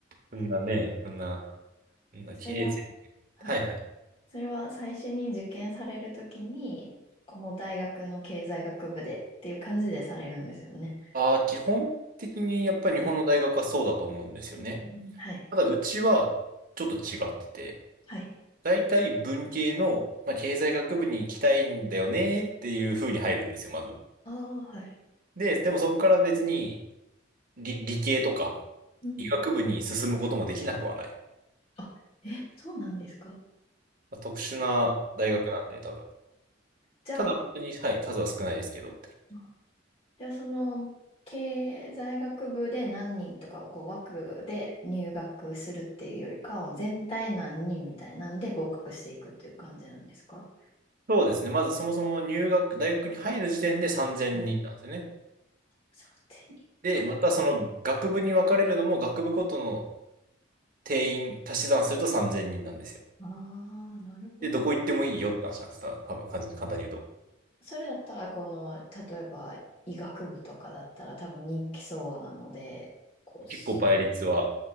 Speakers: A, on the right; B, on the left.
A: そんなね、そんな、そんな経営戦略。
B: それは、はい。
A: はいはい。
B: それは最初に受験されるときに、この大学の経済学部でっていう感じでされるんですよね。
A: ああ、基本的にやっぱり日本の大学はそうだと思うんですよね。
B: はい。うんはい。
A: ただ、うちはちょっと違ってて、
B: はい。
A: 大体文系の、まあ、経済学部に行きたいんだよねっていう風に入るんですよ、まず。
B: ああ、はい。
A: で、でもそこから別に理、理系とか
B: うん。
A: 医学部に進むこともできなくはない。
B: あ、え、そうなんですか
A: まあ、特殊な大学なんで、
B: えー
A: 多分。
B: じゃあ、
A: ただ、本当に、はい、数は少ないですけどって。
B: あじゃあその経済学部で何人とかをこう枠で入学するっていうよりかは全体何人みたいなんで合格していくっていう感じなんですか
A: そうですね。まずそもそも入学、大学に入る時点で3000人なんですよね。
B: はい3 0 0はい。
A: で、またその学部に分かれるのも学部ごとの定員足し算すると3000人なんですよ。
B: ああ、なるほど。
A: で、どこ行ってもいいよって話なんです。た多分、簡単に言うと。
B: それだったらこの例えば医学部とかだったら多分人気そうなのでこうそ
A: 結構倍率は、